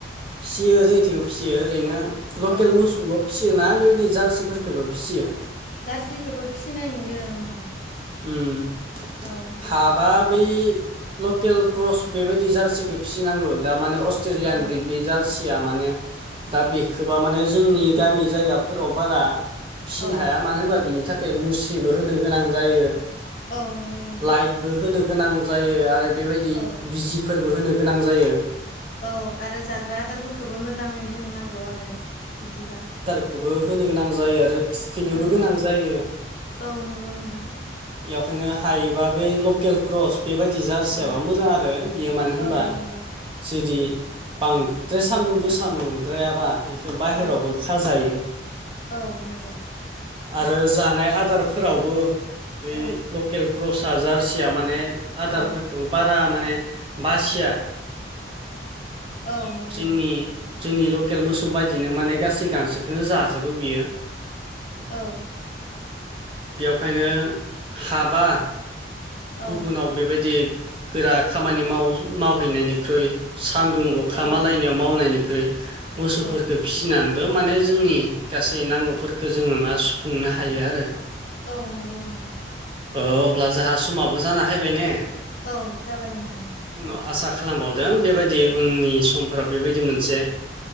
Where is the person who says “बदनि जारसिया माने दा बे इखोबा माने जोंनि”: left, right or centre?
Right